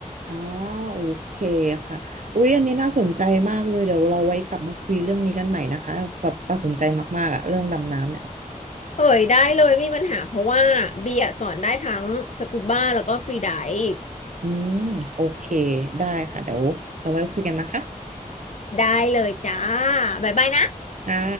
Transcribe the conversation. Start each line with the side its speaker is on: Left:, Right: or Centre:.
Right: อ๋อโอเคค่ะอุ๊ยอันนี้น่าสนใจมากเลยเดี๋ยวเราไว้กลับมาคุยเรื่องนี้กันใหม่นะคะแบบประสนใจมากๆอะเรื่องดำน้ำเนี่ย
Left: เฮ้ยได้เลยไมมีปัญหาเพราะว่าเบียร์สอนได้ทั้งสกูบ้าแล้วก็ฟรีไดฟ์
Right: อืมโอเคได้ค่ะเดี๋ยวเราไว้คุยกันนะคะ
Left: ได้เลยจ้าบ๊ายบายนะ
Right: ค่ะ